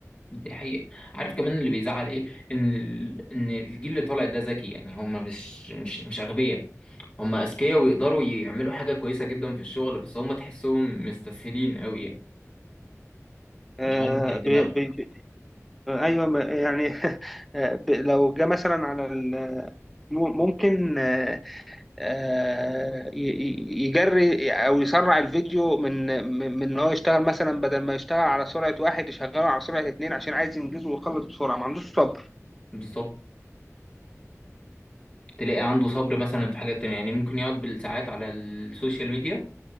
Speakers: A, on the left; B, in the centre.
A: دي حقيقة عارف كمان اللي بيزعل ايه ان ال... ان الجيل اللي طالع ده ذكي يعني هم مش مش مش اغبياء هم اذكياء ويقدروا يعملوا حاجة كويسة جدا في الشغل بس هم تحسهم مستسهلين قوي يعني
B: آه
A: مش عايز يتعب
B: بي
A: دماغه
B: بي بي ايوه ما- يعني <laughs> آه، ب- لو جه مثلا على ال- ممكن آه، آه، ي- ي- يجري او يسرع الفيديو من من من ان هو يشتغل مثلا بدل ما يشتغل على سرعة واحد يشغله على سرعة اتنين عشان عايز ينجزه ويخلص بسرعة ما عندوش صبر
A: بالظبط تلاقي عنده صبر مثلا في حاجات تانية يعني ممكن يقعد بالساعات على السوشيال ميديا